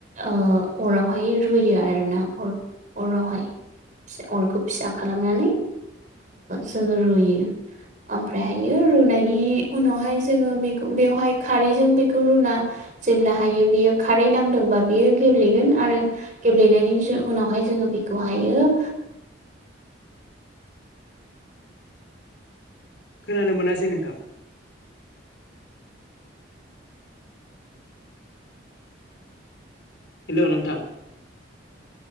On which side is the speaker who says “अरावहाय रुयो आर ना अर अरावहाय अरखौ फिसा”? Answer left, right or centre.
Right